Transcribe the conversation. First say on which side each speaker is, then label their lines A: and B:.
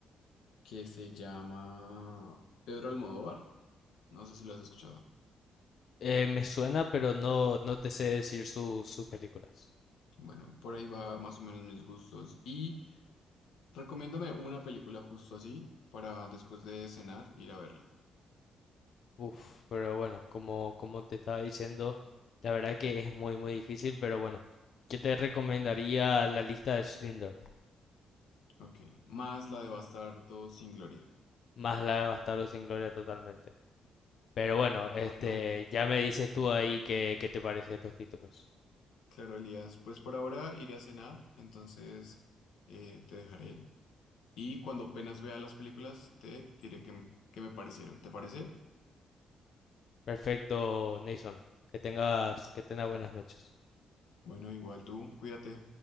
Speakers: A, on the left; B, on the left.
A: que se llama Pedro Almodóvar. No sé si lo has escuchado.
B: Eh, me suena, pero no, no te sé decir su- sus películas.
A: Bueno, por ahí va más o menos mis gustos. Y recomiéndame una película justo así para después de cenar ir a verla.
B: Uf, pero bueno, como, como te estaba diciendo, la verdad que es muy, muy difícil, pero bueno, yo te recomendaría la lista de Schindler,
A: Ok, más la de Bastardo sin Gloria.
B: más la de Bastardos sin Gloria totalmente. Pero bueno, este,
A: Bueno,
B: ya me dices tú ahí qué, qué te parece estos títulos.
A: claro, Elías, pues por ahora iré a cenar, entonces eh, te dejaré. Y cuando apenas vea las películas, te diré qué, qué me parecieron. ¿Te parece?
B: Perfecto, Nason. Que tengas, que tengas buenas noches.
A: Bueno, igual tú, cuídate.